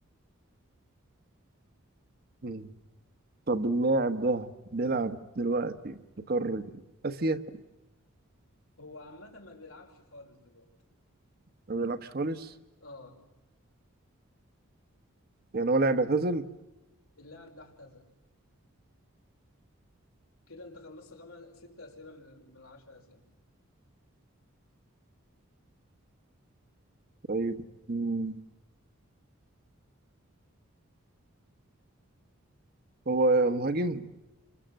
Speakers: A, on the right (about 45°); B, on the left (about 80°).
A: مم. طب اللاعب ده بيلعب دلوقتي في قارة آسيا
B: هو عامه ما بيلعبش خالص دلوقتي
A: ما بيلعبش خالص
B: اه
A: يعني هو لاعب اعتزل
B: اللاعب ده اعتزل كده انت خلصت خمس ست اسئله من من 10 اسئله
A: طيب مم. هو مهاجم؟